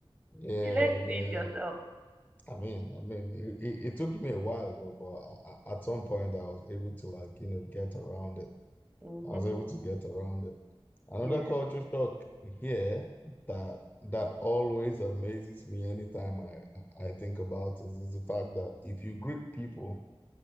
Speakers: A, on the left (about 15°); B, on the right (about 15°).
A: yeah
B: You learn to do
A: yeah
B: it yourself.
A: I mean I mean it, it, it took me a while though but I, I- at some point I was able to like you know get around it
B: Mm-hmm.
A: I was able to get around it Another
B: Yeah.
A: culture shock here that that always amazes me anytime I I think about it is the fact that if you greet people,